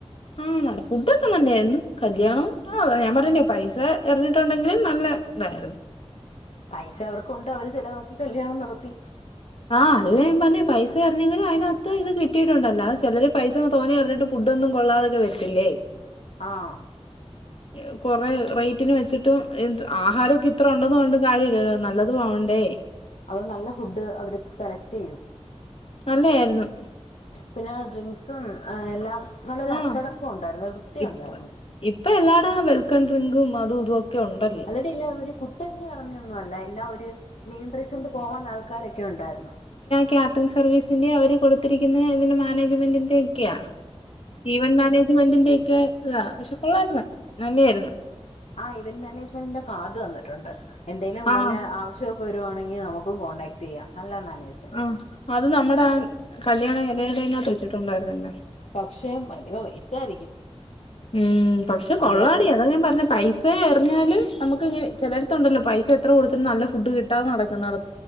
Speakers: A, on the left; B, on the left.
A: ആഹ് നല്ല ഫുഡൊക്കെ നല്ലായിരുന്നു കല്യാണം ആ ഞാൻ പറഞ്ഞല്ലോ പൈസ എറിഞ്ഞിട്ടുണ്ടെങ്കിലും നല്ല ന്നായിരുന്നു
B: പൈസ അവർക്കുണ്ട് അവര് ചെലവാക്കി കല്യാണം നടത്തി
A: ആഹ് അല്ല ഞൻ പറഞ്ഞ് പൈസ എറിഞ്ഞെങ്കിലും അയ്നകത്ത് ഇത് കിട്ടിട്ടുണ്ടല്ലോ ചെലർ പൈസന്ന് തോനെ എറിഞ്ഞിട്ട് ഫുഡൊന്നും കൊള്ളാതൊക്കെ വരത്തില്ലേ
B: ആഹ്
A: <inaudible> <inaudible> കൊറെ റേറ്റിന് വെച്ചിട്ടും ആഹാരൊക്കെ ഇത്ര ഉണ്ടോന്ന് പറഞ്ഞിട്ട് കാര്യമില്ലല്ലോ നല്ലതും ആവണ്ടേ
B: അത നല്ല ഫുഡ് അവര് സെലക്ട് ചെയ്യും
A: നല്ലആയിരുന്നു
B: പിന്നെ ആ ഡ്രിങ്ക്സും എല്ലാം നല്ലൊരു
A: ആഹ്
B: അച്ചടക്കം ഉണ്ടായിരുന്നു വൃത്തി
A: ഇപ്പ
B: ഉണ്ടായിരുന്നു
A: ഇപ്പൊ എല്ലാടും വെൽക്കം ഡ്രിങ്കും അതും ഇതുംഓക്കെ ഉണ്ട്
B: <unintelligible> ഇല്ല ഒരു കുത്തഴിഞ്ഞ് കടന്നൊന്നും അല്ല എല്ലാ ഒരു നിയന്ത്രിച്ചൊണ്ട് പോവാൻ ആൾക്കാരൊക്കെ ഉണ്ടായിരുന്നു
A: കാറ്ററിങ് സർവീസിന്റെ അവര് കൊടുത്തിരിക്കുന്ന ഇതിന്റെ മാ മാനേജ്മെന്റ് ഒക്കെ ഈവൻ മാനേജ്മെന്റ് ക്കെ ഇല്ല പക്ഷെ കൊള്ളായിരുന്നു നല്ല ആയിരുന്നു
B: ആ ഇവന്റ് മാനേജ്മെന്റിന്റെ കാർഡ് തന്നിട്ടുണ്ട് എന്തേലും
A: ആഹ്
B: വല്ല ആവശ്യം വരുവാണെങ്കിൽ നമുക്ക് കോൺടാക്ട് ചെയ്യാം നല്ല മാനേജ്മെന്റ്
A: ആഹ് അത് നമ്മുടെ ആ കല്യാണ ഇലയുടെ ങ്ങകത്ത് വെച്ചിട്ടുണ്ടായിരുന്നല്ലെ
B: പക്ഷെ ഭയങ്കര റേറ്റ് ആയിരിക്കും
A: ഉം പക്ഷെ
B: നമ്മളെ
A: കൊള്ളാടി
B: കൊണ്ട്
A: അതാ ഞാൻ പറഞ്ഞ പൈസ എറിഞ്ഞാല് നമുക്ക് ഇങ്ങനെ ചിലയിടത്തുണ്ടല്ലോ പൈസ എത്ര കൊടുത്തിട്ടും നല്ല ഫുഡ് കിട്ടാതെ നടക്കുന്നുന്നത്